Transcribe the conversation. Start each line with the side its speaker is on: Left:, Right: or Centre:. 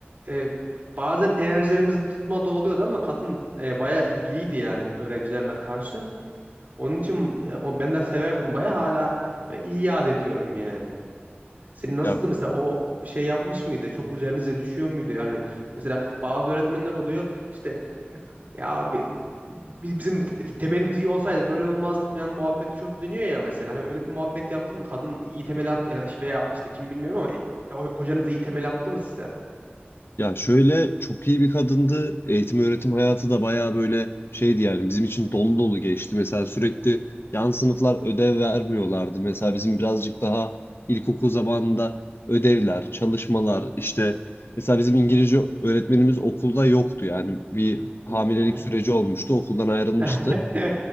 Right: e, bazen enerjilerimizin tutmadığı oluyordu ama kadın e, bayağı ilgiliydi yani öğrencilerine karşı. Onun için e, o, ben de severdim bayağı hala böyle iyi yad ediyorum yani. Senin nasıldı
Left: Ya
Right: mesela o şey yapmış mıydı? Çok üzerinize düşüyor muydu? Yani mesela bazı öğretmenler oluyor işte ya abi biz, bizim te- temelimiz iyi olsaydı böyle olmazdık falan muhabbeti çok dönüyor ya mesela. Hani öyle bir muhabbet yaptın mı? Kadın iyi temel attı ya da işte- veya işte kim bilmiyorum ama e, ho- hocanız iyi temel attı mı size?
Left: ya şöyle çok iyi bir kadındı. Eğitim öğretim hayatı da bayağı böyle şeydi yani. Bizim için dolu dolu geçti. Mesela sürekli yan sınıflar ödev vermiyorlardı. Mesela bizim birazcık daha ilkokul zamanında ödevler, çalışmalar işte mesela bizim İngilizce öğretmenimiz okulda yoktu yani. Bir hamilelik
Right: Hı hı.
Left: süreci olmuştu. Okuldan ayrılmıştı.
Right: <laughs>